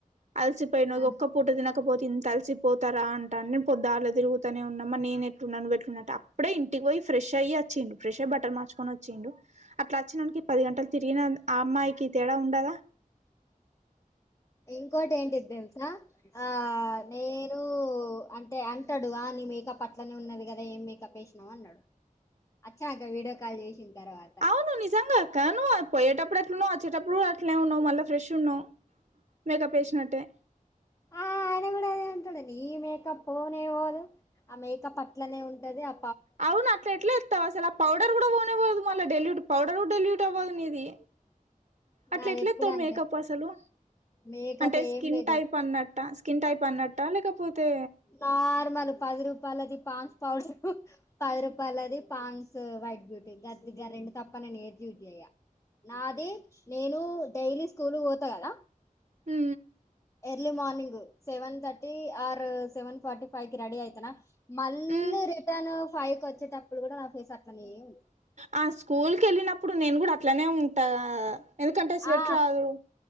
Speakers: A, on the right; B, on the left.
A: అలిసిపోయిన
B: ఆ
A: ఒక్క పూట తినకపోతే ఇంత అలిసిపోతారా అంటా నే పొద్దాలా తిరుగు తనే ఉన్నా మరి నేను ఎట్లున్నా నువ్వు ఎట్లున్న అంటే అప్పుడే ఇంటికి పోయి ఫ్రెష్ అయ్యి అచ్చిండు ఫ్రెష్ అయి బట్టలు మార్చుకొని ఒచ్చిండు అట్లా అచ్చినోనికి పది గంటలు తిరిగిన ఆ అమ్మాయికి తేడా ఉండా
B: ఇంకోటి ఏంటిదెలుసా ఆ నేను ప్పు అంటే అంటడు ఆ నీ మేకప్ అట్లనే ఉన్నది కదా ఏం మేకప్ ఏశినావు అన్నడు అచ్చాక వీడియో కాల్ చేసిన తర్వాత్
A: అవును నిజంగ అక్క నువ్వు అ పోయేటప్పుడు ఎట్లున్నావ్ ఒచ్చేటప్పుడు కూడా అట్లనే ఉన్నావు మళ్ళ ఫ్రెష్ ఉన్నావు మేకప్ ఏషినట్టే
B: ఆ <unintelligible> అదే అంటాడు నీ మేకప్ పోనే పోదు ఆ మేకప్ అట్లనే ఉంటది అ
A: అవును అట్లా ఎట్లా ఎత్తవ్ అసల పౌడర్ కూడా పోనే పోదు మళ్ళ డెల్యూట్ పౌడర్ కూడా డెల్యూట్ అవ్వదు నీది అట్ల
B: నాది
A: ఎట్ల
B: ఎప్పుడు
A: ఏత్తవు
B: అంతే
A: మేకప్ అసలు
B: మేకప్
A: అంటే స్కిన్
B: ఏం లేదు
A: టైప్ అన్నట్ ట్ట స్కిన్ టైప్ అన్నట్టా లేకపోతే
B: నార్మల్ పది రూపాయలది పాండ్స్ పౌడరు పది రూపాయలది పాన్స్ వైట్ బ్యూటీ <unintelligible> గా రెండు తప్ప నే ఏదియూజ్ చెయ్య నాది నేను డైలీ స్కూల్ పోత కదా
A: హు
B: early morning seven thirty or seven forty ఫైవ్కి రెడి అయితన మళ్ళీ
A: ఉమ్
B: రిటర్న్ ఫైవ్ కి వచ్చేటప్పుడు కూడ నా ఫేస్ అట్లనే ఉంది
A: ఆ స్కూల్కి వెళ్ళినప్పుడు నేను కూడ అట్లనే ఉంటా ఎందుకంటే స్వెట్
B: ఆ
A: రాదు